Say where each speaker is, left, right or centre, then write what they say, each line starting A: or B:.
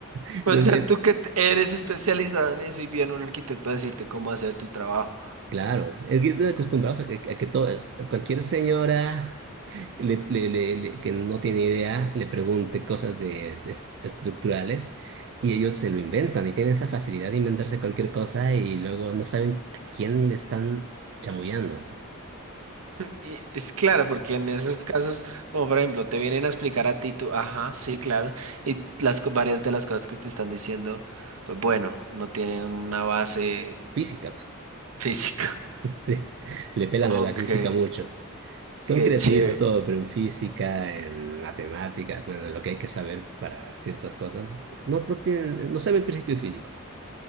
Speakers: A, on the right (about 55°); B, on the right (about 80°).
A: Entonces,
B: O sea, tú que te- eres especializado en eso y viene un arquitecto a decirte cómo hacer tu trabajo.
A: claro, es que están acostumbrados a que, a que todo, cualquier señora... le- le- le- le- que no tiene idea, le pregunte cosas de, de est- estructurales y ellos se lo inventan y tienen esa facilidad de inventarse cualquier cosa y luego no saben a quién le están chamullando.
B: Y es claro, porque en esos casos, como por ejemplo, te vienen a explicar a ti, tú, ajá, sí, claro, y las co- varias de las cosas que te están diciendo, pues bueno, no tienen una base
A: Física,
B: física. <laughs>
A: <laughs> sí, le pelan
B: Ok,
A: a la física mucho. Son
B: qué
A: creativos
B: chévere.
A: todo, pero en física, en matemáticas, bueno, en lo que hay que saber para ciertas cosas, no, no tienen, no saben principios físicos.